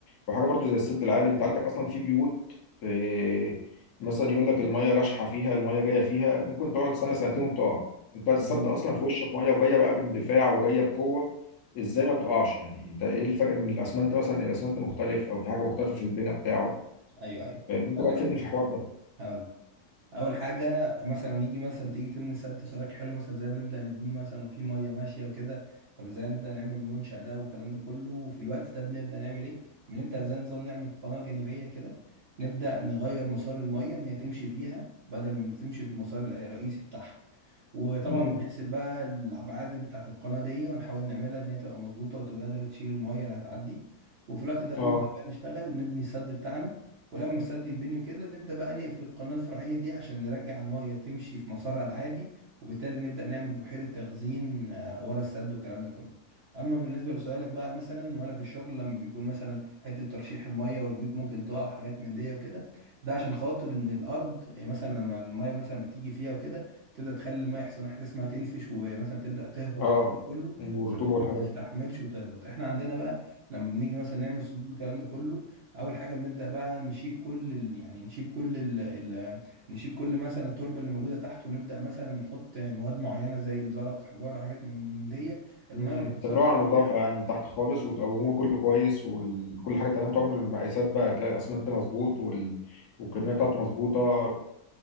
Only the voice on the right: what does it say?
اقول
ايوه ايوه
اقول
لك
هقول لك. اول حاجه مثلا نيجي مثلا تيجي تبني سد سؤالك حلو مثلا ازاي بنبدا نبنيه مثلا وفي ميه ماشيه وكده طب ازاي نبدا نعمل المنشا ده والكلام ده كله وفي الوقت ده بنبدا نعمل ايه بنبدا زي نظام نعمل قناه جانبيه كده نبدا نغير مسار الميه ان هي تمشي فيها بدل ما تمشي في المسار الرئيسي بتاعها وطبعا
بنحسب بقى الابعاد بتاعه القناه دي ونحاول نعملها ان هي تبقى مظبوطه وتبقى قادره تشيل الميه اللي هتعدي وفي الوقت ده بنبدا
بقى نشتغل نبني السد بتاعنا ولما السد يتبني وكده نبدا بقى نقفل القناه الفرعيه دي عشان نرجع الميه تمشي في مسارها العادي وبالتالي نبدا نعمل بحيره تخزين آه، ورا السد والكلام ده كله اما بالنسبه لسؤالك بقى مثلا وانا في الشغل لما بيكون مثلا حته ترشيح الميه والبيوت ممكن تقع حاجات من دي وكده ده عشان خاطر ان الارض يعني مثلا لما الميه مثلا بتيجي فيها وكده تبدا تخلي الميه يحصل لها حاجه اسمها تنفش ومثلا تبدا تهبط
والكلام ده كله
فالبيوت
ما بتستحملش وتهبط احنا عندنا بقى لما بنيجي مثلا نعمل سدود والكلام ده كله اول حاجه بنبدا بقى نشيل كل ال... يعني نشيل كل ال... ال... نشيل كل مثلا التربه اللي موجوده تحت ونبدا مثلا نحط مواد معينه زي الزلط حجاره حاجات من دي الميه
ما بتاثرش
فيها